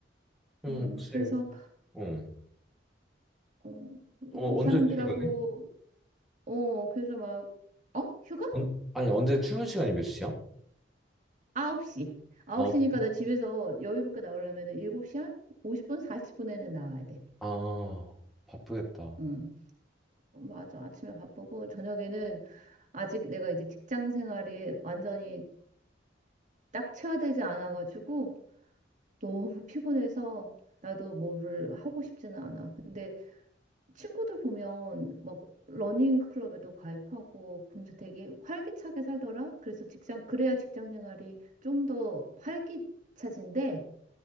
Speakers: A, in the centre; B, on the right.
A: 음,
B: 음,
A: 혹시
B: 그래서,
A: 어,
B: 어,
A: 어
B: 이 사람들하고,
A: 언제 출근해?
B: 어, 그래서 막, 어? 휴가?
A: 언, 아니 언제 출근 시간이 몇 시야?
B: 9시. 9시니까
A: 아홉 시?
B: 나 집에서 여유롭게 나오려면 7시 한 50분, 40분에는 나와야 돼.
A: 아 바쁘겠다.
B: 음, 어, 맞아. 아침에 바쁘고, 저녁에는 아직 내가 이제 직장 생활이 완전히 낙체화되지 않아가지고 너무 <laughs> 피곤해서 나도 뭐를 하고 싶지는 않아. 근데 친구들 보면 막 러닝 클럽에도 가입하고 그러면서 되게 활기차게 살더라. 그래서 직장 그래야 직장 생활이 좀 더 활기차진데